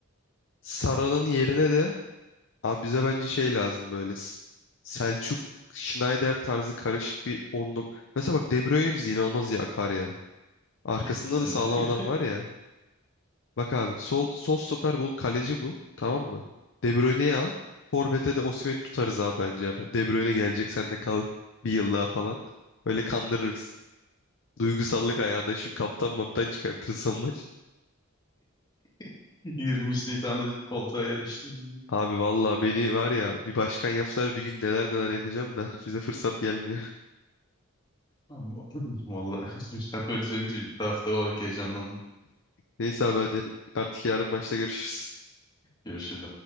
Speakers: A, on the left (about 65°); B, on the left (about 20°).
A: Sara'nın yerine de Abi bize bence şey lazım böyle. S- Selçuk, Schneider tarzı karışık bir onlu. Mesela bak De Bruyne bizde inanılmaz iyi akar ya. Arkasında
B: <laughs> Sen
A: da sağlam
B: de
A: adam var ya. Bak abi sol, sol stoper bul, kaleci bul. Tamam mı? De Bruyne'yi al. Forvet'e de Osimhen'i tutarız abi bence. Yani De Bruyne gelecek sen de kal bir yıl daha falan. Böyle kandırırız. Duygusallık ayağında şimdi kaptan maptan çıkartırız son maç.
B: <laughs> 23 Nisan'da koltuğa yerleştin.
A: Abi vallahi beni var ya bir başkan yapsalar bir gün neler neler yapacağım da <laughs> bize fırsat gelmiyor.
B: Ama <laughs> vallahi şimdi sen böyle söyleyince bir taraftar olarak heyecanlandım.
A: Neyse abi hadi. Artık yarın maçta görüşürüz.
B: Görüşürüz.